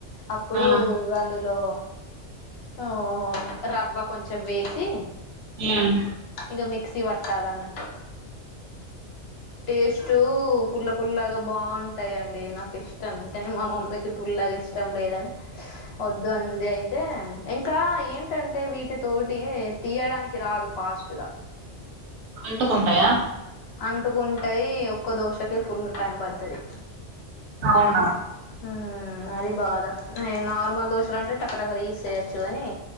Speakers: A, on the left; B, on the right.
A: అప్పుడు
B: ఆ
A: అందులో ఓ రవ్వ కొంచెం వేసి
B: మ్మ్
A: ఇంకా మిక్సి పట్టాలన్నట్టు టేస్టు పుల్ల పుల్లాగా బాగుంటాయిండి నాకు ఇష్టం కాని మా మమ్మీకి పుల్లాగా ఇష్టం లేద వద్దు అన్ ఇది అయితే ఇంకా ఏంటంటే వీటి తోటి తీయడానికి రాదు ఫాస్ట్ గా
B: అంటు కుంటాయా
A: అంటుకుంటాయి ఒక్క దోశకే ఫుల్ టైం పడతాది
B: అవునా
A: మ్మ్ అది భాదా నార్మల్ దోశ లంటే ట త్వరగా తీసెయచ్చు కాని